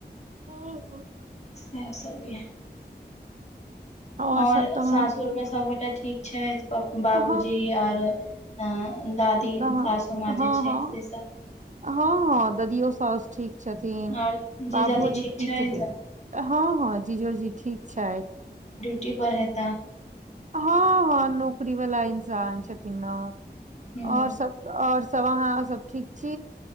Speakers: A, on the right (about 45°); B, on the left (about 40°).
A: ओ हो
B: इएह सब ये
A: और
B: आओर
A: सब तहन
B: सासुरमे सबगोटा ठीक छैथ बाबूजी
A: हँ
B: आओर ऐं दादी
A: हँ
B: सासू माँ
A: हँ
B: जे छैथ से सब
A: हँ हँ ददियो साउस ठीक छथिन
B: आर जीजाजी
A: बाबुओ जी ठीक
B: छथि
A: छथिन हँ हँ जीजो जी ठीक छैथ
B: छुट्टी पर हेता
A: हँ हँ नौकरी वला इन्सान छथिन न
B: ह
A: आओर सब आओर सब अहाँ सब ठीक छी